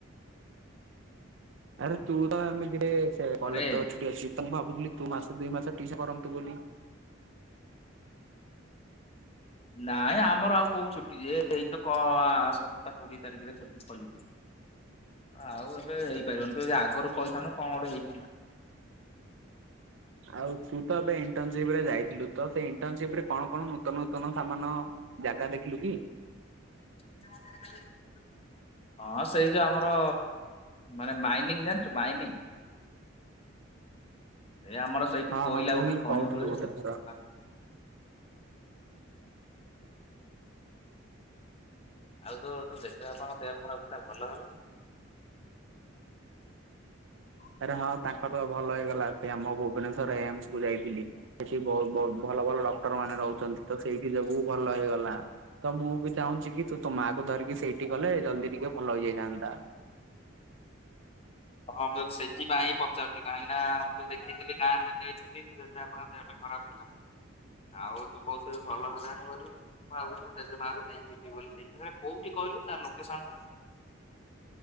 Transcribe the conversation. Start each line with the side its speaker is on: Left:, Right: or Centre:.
Right: ଆରେ ତୁ ତ ଆମେ ଯେ କଲେଜ
Left: ଆରେ
Right: ତ ଛୁଟି ଅଛି ମୁଁ ଭାବୁଥିଲି ତୁ ମାସେ ଦୁଇ ମାସ ଟିସ କରନ୍ତୁ।
Left: ନାଇଁ ଆମର ଆଉ କଉ ଛୁଟି ଯେ ଏଇତ କ ଆସନ୍ତା କୋଡିଏ ତାରିଖରେ ଚପିସ <unintelligible> ଆଉ ଏବେ ହେଇପାରିବନି ତ ଯଦି ଆଗରୁ କହିଥାନ୍ତୁ କଣ ଗୋଟେ ହେଇଥାନ୍ତା? <inaudible>
Right: ଆଉ ତୁ ତ ଏବେ ଇଣ୍ଟର୍ନସିପ ରେ ଯାଇଥିଲୁ ତ ସେ ଇଣ୍ଟରନସିପ ରେ କଣ କଣ? ନୂତନ ନୂତନ ସମାନ ଜାଗା ଦେଖିଲୁ କି?
Left: <inaudible> ହଁ ସେଇ ଯୋଉ ଆମର ମାନେ ମାଇନିଂ ଜାଣିଚୁ ମାଇନିଂ? ଏ ଆମର ସେଇଠି
Right: ହଁ
Left: କୋଇଲା
Right: ହଁ ତୁ
Left: ଗୋଟେ
Right: ହିଁ
Left: ଖଣି
Right: କହୁଥିଲୁ
Left: ହୁଏ
Right: ଗୋଟେ
Left: ସେଠି
Right: ଥର।
Left: <unintelligible> ଆଉ ତୋ ଜେଜେବାପାଙ୍କ ଦେହ ଖରାପ ଥିଲା ଭଲ ହେଲା? <inaudible>
Right: ଆରେ ହଁ ତାଙ୍କ ତ ଭଲ ହେଇଗଲା ସେ ଆମ ଭୁବନେଶ୍ୱର ଏମସ କୁ ଯାଇଥିଲି ସେଠି ବହୁତ ବହୁତ ଭ ଭଲ ଭଲ ଡକ୍ଟର ମାନେ ରହୁଚନ୍ତି ତ ସେଇଠି ଯୋଗୁ ଭଲ ହେଇଗଲା ତ ମୁଁ ବି ଚାହୁଁଛି କି ତୁ ତୋ ମା କୁ ଧରିକି ସେଇଠି ଗଲେ ଜଲଦି ଟିକେ ଭଲ ହେଇଯାଇଥାନ୍ତା।
Left: ହଁ ମୁଁ ସେଥିପାଇଁ ହିଁ ପଚାରୁଚି କାହିଁକିନା ମୁଁ ତ ଦେଖିଥିଲି ଗାଁରେ ଯେତେବେଳେ ଥିଲି ତୋ ଜେଜେ ବାପାଙ୍କ ଦେହ ଖରାପ ଥିଲା। ଆଉ ତୁ କହୁଥିଲୁ ଭଲ ହେଲାଣି ବୋଲି ମୁଁ ଭାବୁଚି, ଜେଜେ ମାଆଙ୍କୁ ନେଇିବି ଜିବି ବୋଲି। ଆ କୋଉଠି କହିଲୁ ତାର ଲୋକେସନ ଟା?